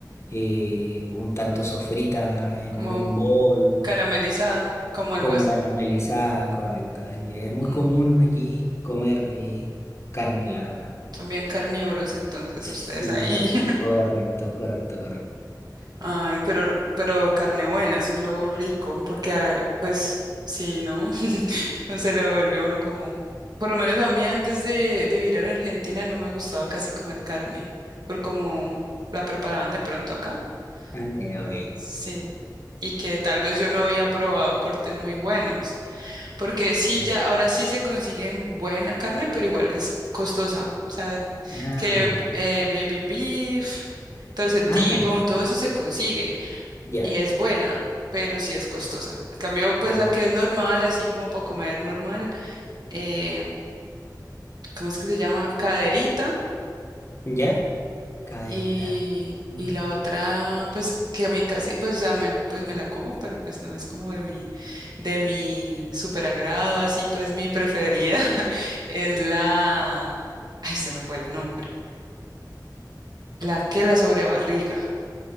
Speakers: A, on the left; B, on the right.
A: eh, un tanto sofrita en,
B: Como
A: en un bol,
B: caramelizada, como algo
A: como
B: así.
A: caramelizada, correcto. Así que es muy
B: Mm,
A: común aquí comer eh, carne, la verdad.
B: son bien carnívoros entonces
A: Sí,
B: ustedes ahí. <laughs>
A: correcto, correcto, correcto.
B: Ay, pero, pero carne buena, eso es lo rico, porque ah, pues sí, ¿no? <laughs> No se le vuelve a uno como, por lo menos a mí antes de, de vivir en Argentina no me gustaba casi comer carne, por como la preparaban de pronto acá.
A: Ah, ya,
B: Ujú.
A: ok.
B: Sí. Y que tal vez yo no había probado cortes muy buenos, porque sí,
A: Claro.
B: ya ahora sí se consiguen buena carne, pero igual es costosa. O sea,
A: Ah,
B: que
A: ya.
B: eh, baby beef, todo ese T-bone,
A: Ah, ya.
B: todo eso se consigue
A: Ya.
B: y es buena, pero sí es costosa. En cambio, pues
A: Ah,
B: la que es normal, así como para comer normal, eh, ¿cómo es que se llama? Caderita
A: ya. Caderita.
B: y,
A: Mm.
B: y la otra, pues que a mí casi, pues o sea, me, pues me la como, pero pues no es como de mi, de mi super agrado, así pues mi preferida <laughs> es la, ay, se me fue el nombre, la que la sobrebarriga,